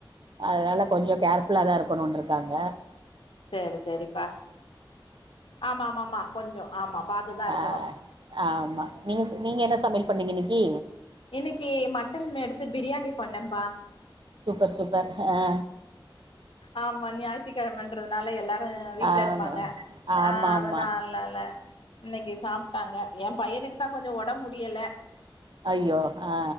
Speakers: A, on the right (about 65°); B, on the left (about 75°).
A: அதனால கொஞ்ச கேர்ஃபுல்லா தா இருக்கண்ருக்காங்க
B: சேர் செரிப்பா ஆமாமாமா கொஞ்ச ஆமா பாத்து தா
A: ஆ
B: இருக்கணு
A: ஆமா நீங்க நீங்க என்ன சமையல் பண்ணீங்க இன்னிக்கி
B: இன்னிக்கி மட்டன் எடுத்து பிரியாணி பண்ணப்பா
A: சூப்பர் சூப்பர் அ
B: ஆமா ஞாயித்துக்கிழமன்றதுனால எல்லாரு வீட்ல
A: ஆமா
B: இருப்பாங்க
A: ஆமா
B: ஆ அதுனாலல்ல
A: ஆமா
B: இன்னைக்கி சாப்ட்டாங்க எ பையனுக்கு தா கொஞ்ச உடம்ப் முடியல
A: அய்யோ ஆ